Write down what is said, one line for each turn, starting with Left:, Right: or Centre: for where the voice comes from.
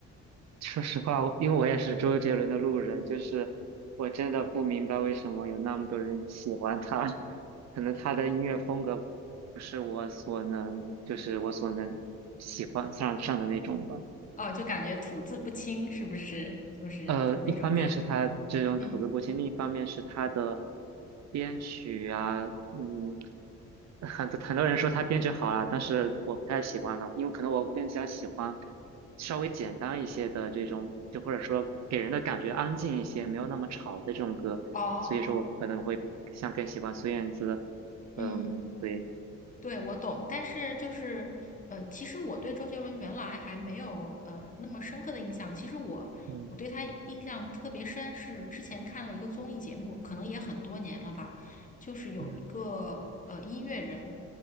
Right: 说实话，因为我也是周杰伦的路人，就是我真的不明白为什么有那么多人喜欢他，<laughs> 可能他的音乐风格不是我所能，就是我所能喜欢上上的那种吧。
Left: 哦，就感觉吐字不清，是不是？就是就那种感觉。
Right: 呃，一方面是他这种吐字不清，
Left: 嗯
Right: 另一方面是他的编曲啊，嗯，很多很多人说他编曲好啊，但是我不太喜欢了，因为可能我更加喜欢稍微简单一些的这种，就或者说给人的感觉安静一些，没有那么吵的这种歌，
Left: 哦，
Right: 所以说我可能会像更喜欢孙燕姿，
Left: 嗯。
Right: 嗯，对，
Left: 对，我懂，但是就是，呃，其实我对周杰伦原来还没有呃那么深刻的印象。其实我我对他印象特别深，
Right: 嗯
Left: 是之前看了一个综艺节目，可能也很多年了吧，就是有一个呃音乐人，
Right: 嗯，